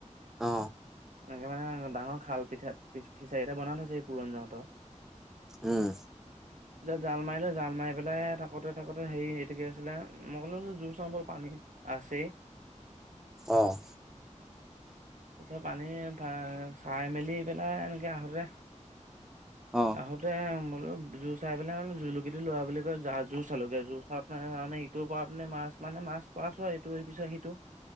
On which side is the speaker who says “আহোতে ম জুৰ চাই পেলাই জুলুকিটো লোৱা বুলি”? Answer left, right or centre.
Right